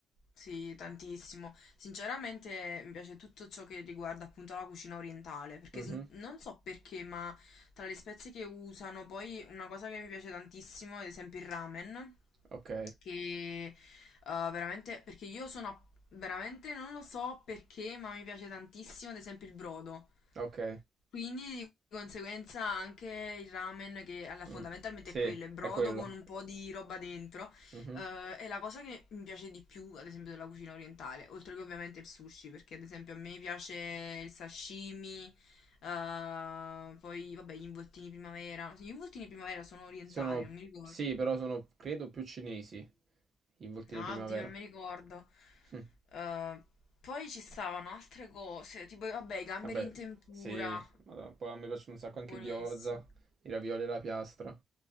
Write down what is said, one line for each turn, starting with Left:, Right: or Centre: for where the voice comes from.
Left: Sì, tantissimo. Sinceramente mi piace tutto ciò che riguarda appunto la cucina orientale, perché
Right: Mhm.
Left: sin- non so perché, ma tra le spezie che usano, poi una cosa che mi piace tantissimo, ad esempio il ramen,
Right: Ok,
Left: che eh, veramente, perché io sono, a- veramente non lo so perché, ma mi piace tantissimo, ad esempio il brodo.
Right: ok.
Left: Quindi di conseguenza anche il ramen che alla- fondamentalmente
Right: Mm. Sì,
Left: è quello, è brodo
Right: è quello.
Left: con un po' di roba dentro.
Right: Mhm.
Left: Eh, è la cosa che mi piace di più, ad esempio, della cucina orientale, oltre che ovviamente il sushi, perché ad esempio a me piace il sashimi, eh, poi vabbè gli involtini primavera. Sì, Gli involtini primavera sono orientali,
Right: Sono,
Left: non mi ricordo.
Right: sì, però sono, credo, più cinesi i voltini
Left: Ah,
Right: primavera.
Left: Oddio, non mi ricordo.
Right: Hm,
Left: Eh, poi ci stavano altre cose, tipo vabbè i gamberi
Right: Vabbè,
Left: in tempura,
Right: sì, madonna. Poi a me piacciono un sacco
Left: buonissimi.
Right: anche i gyoza, i ravioli alla piastra.